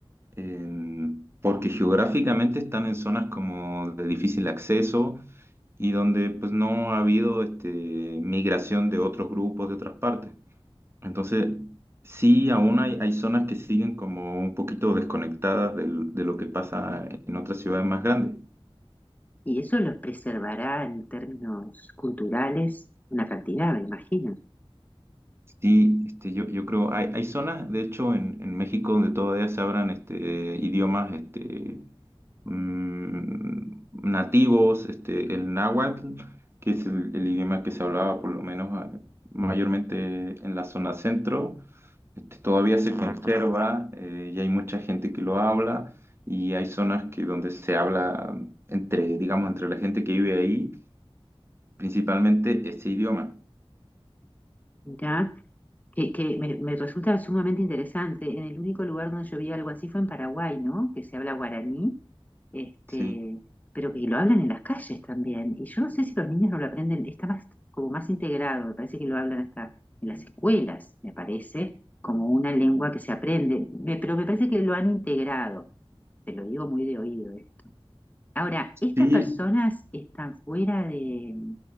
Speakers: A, on the right; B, on the left.
A: em, porque geográficamente están en zonas como de difícil acceso y donde pues no ha habido este, migración de otros grupos de otras partes. Entonces, sí, aún hay, hay zonas que siguen como un poquito desconectadas del- de lo que pasa en otras ciudades más grandes.
B: Y eso los preservará en términos culturales una cantidad, me imagino.
A: Sí, este, yo, yo creo, hay, hay zonas, de hecho, en, en México donde todavía se hablan este, idiomas este, mm, nativos, este, el náhuatl, que es el, el idioma que se hablaba por lo menos ah, mayormente en la zona centro Este, todavía se conserva eh, y hay mucha gente que lo habla y hay zonas que donde se habla entre, digamos, entre la gente que vive ahí, principalmente este idioma.
B: Mirá, que, que me, me resulta sumamente interesante. En el único lugar donde yo vi algo así fue en Paraguay, ¿no? Que se habla guaraní, este,
A: Sí,
B: pero que lo hablan en las calles también. Y yo no sé si los niños no lo aprenden, está más, como más integrado, me parece que lo hablan hasta en las escuelas, me parece, como una lengua que se aprende, Me- pero me parece que lo han integrado. te lo digo muy de oído, ¿eh? Ahora, estas
A: sí,
B: personas están fuera de,